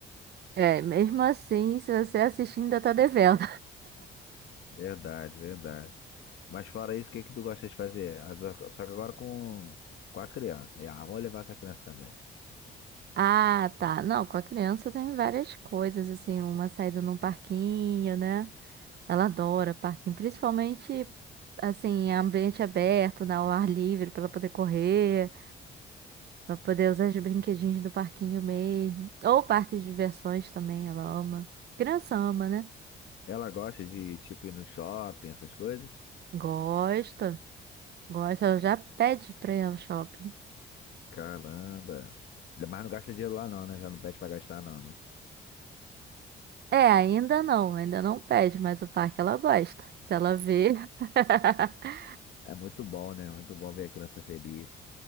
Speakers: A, on the right; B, on the left.
A: É, mesmo assim, se você assistir, ainda tá devendo.
B: Verdade, verdade. Mas fora isso, o que que tu gosta de fazer? As- Só que agora com, com a criança. E, Ah, vamos levar essa criança também.
A: Ah, tá. Não, com a criança tem várias coisas, assim, uma saída num parquinho, né? Ela adora parquinho, principalmente, assim, ambiente aberto, né? Ao ar livre, pra ela poder correr, pra poder usar os brinquedinhos do parquinho mesmo. Ou parques de diversões também, ela ama. Criança ama, né?
B: Ela gosta de, tipo, ir no shopping, essas coisas?
A: Gosta, gosta, ela já pede pra ir ao shopping.
B: Caramba. Mas não gasta dinheiro lá não, né? Já não pede pra gastar não, né?
A: É, ainda não, ainda não pede, mas o parque ela gosta. Se ela vê. <laughs>
B: É muito bom, né? Muito bom ver a criança feliz.